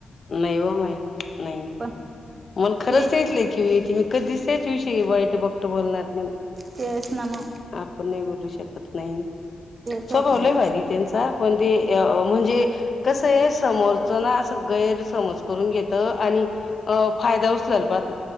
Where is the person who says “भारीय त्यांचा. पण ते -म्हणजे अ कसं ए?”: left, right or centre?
Left